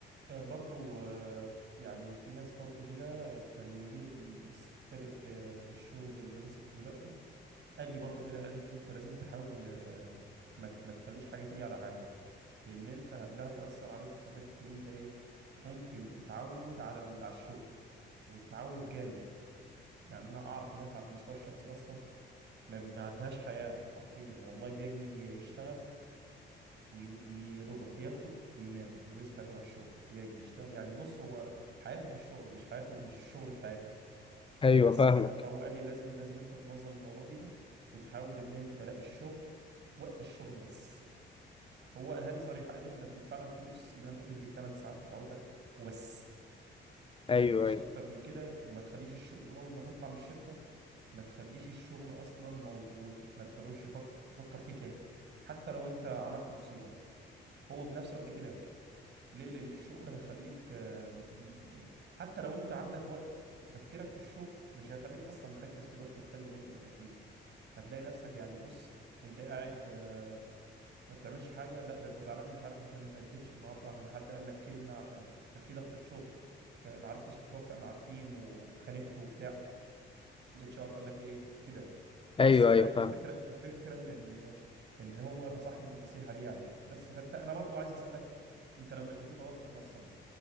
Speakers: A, on the right; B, on the left.
A: آه، برضو آه، يعني في ناس برضو كده كان مدير ال- السابق في في الشغل اللي انا سبته دلوقتي قال لي برضو كده قال لي ان انت لازم تحاول آه، ما ت- ما تخليش حاجه تيجي على حاجه لان انت ده هيأثر عليك في حته ان انت ايه ممكن تتعود على ال- على الشغل وتتعود جامد يعني انا اعرف الناس على المستوى الشخصي اصلا ما ما عندهاش حياه حرفيا والله بيجي يشتغل وين- ويا دوبك ياكل وينام ويصحى يروح الشغل يجي يشتغل يعني بص هو حياته في الشغل مش حياته مش الشغل في حياته
B: ايوه
A: بس
B: فاهمك
A: ف- فهو قال لي لازم لازم انت تنظم الموضوع دي ده وتحاول ان انت لا الشغل وقت الشغل بس هو قالها لي صريحه قال لي احنا بندفع لك فلوس يبقى انت تدي الثمان ساعات بتاعتك وبس
B: ايوه
A: ما تديش
B: ايوه
A: اكتر من كده وما تخليش الشغل واول ما تطلع من الشركه ما تخليش الشغل اصلا موجود ما تخلوش يفك... تفكر فيه تاني حتى لو انت عملت مصيبه هو بنفسه قال لي كده ليه؟ لأن الشغل هيخليك آم، آم، حتى لو أنت عندك وقت تفكيرك في الشغل مش هيخليك أصلا مركز في الوقت الحلو اللي أنت بتقضيه هتلاقي نفسك يعني بص أنت قاعد آه، ما بتعملش حاجة لا ده أنت زعلان مش عارف عشان ما أديتش النهاردة عشان حد قال لك كلمة عشان كان في ضغطة شغل كان- ما عرفتش تتوافق مع التيم واتخانقت وبتاع الاتش ار قال لك إيه كده بس
B: ايوه
A: فهي
B: ايوه فاهم
A: الفكرة الفكرة إن إن إن هو نصحني بالنصيحة دي يعني بس فأنت أنا برضو عايز أسألك أنت لما بيبقى في توتر أصلا